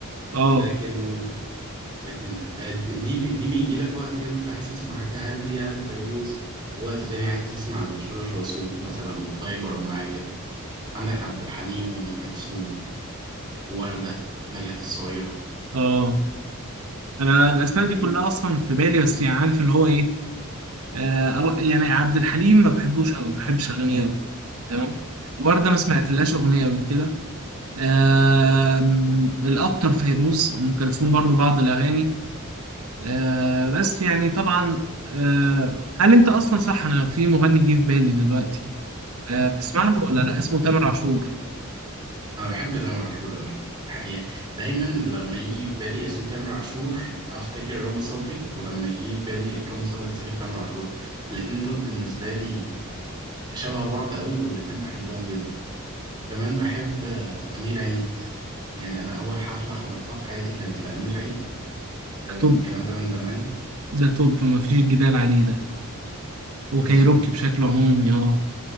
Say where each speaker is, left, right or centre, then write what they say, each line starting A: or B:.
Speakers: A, on the right; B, on the right.
A: اه
B: لكن لكن آه، دي بي... دي بيجي لك وقت كده انت عايز تسمع حاجة هادية لفيروز ووقت تاني عايز تسمع لجورج وسوف مثلا وتايبر معاه كده عندك عبد الحليم وأم كلثوم ووردة نجاة الصغيرة
A: اه أنا الأسماء دي
B: في
A: كلها أصلا في بالي بس يعني عارف اللي هو إيه آه أو- يعني عبد الحليم ما بحبوش قوي ما بحبش أغانيه قوي تمام وردة ما سمعتلهاش أغنية قبل كده آه الأكتر فيروز أم كلثوم برضو بعض الأغاني آه بس يعني طبعا آه هل انت اصلا صح انا في مغني جه في بالي دلوقتي آه بتسمع له ولا لا اسمه تامر عاشور
B: انا بحب تامر عاشور قوي يعني دايما لما يجي في بالي اسم تامر عاشور افتكر رامي صبري ولما يجي في بالي رامي صبري افتكر تامر عاشور الاتنين دول بالنسبه لي شبه بعض قوي والاتنين بحبهم جدا كمان بحب آه، امير عيد يعني انا اول حفله حضرتها في حياتي كانت لامير عيد آه،
A: ده توب
B: من الكلام ده من زمان
A: ده توب مفيش جدال عليه ده وكايروكي
B: بالظبط
A: بشكل عمومي اه